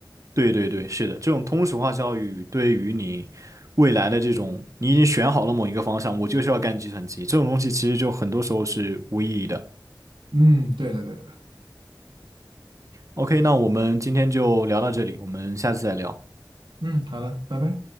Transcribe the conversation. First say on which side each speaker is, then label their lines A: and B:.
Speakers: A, on the right; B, on the right.
A: 对对对，是的，这种通俗化教育对于你未来的这种，你已经选好了某一个方向，我就是要干计算机，这种东西其实就很多时候是无意义的。
B: 嗯，对的，对的，
A: OK，那我们今天就聊到这里，我们下次再聊。
B: 嗯，好的，拜拜。